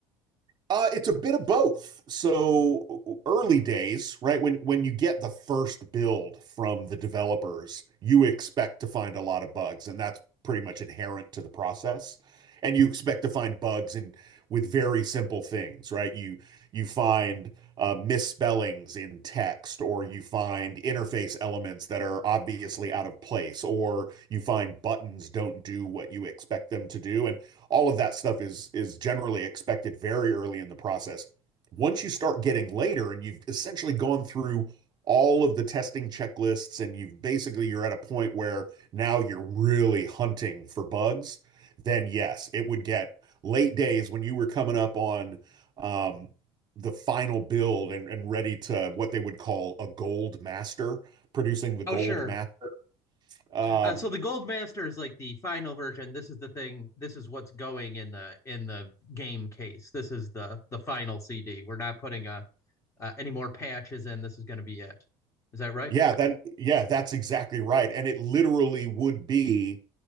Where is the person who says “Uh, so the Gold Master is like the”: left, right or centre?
Left